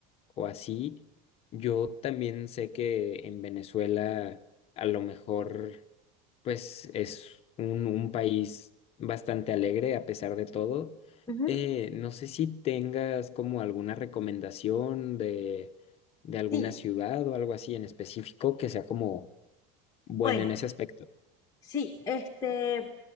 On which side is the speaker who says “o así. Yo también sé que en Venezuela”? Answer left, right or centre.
Left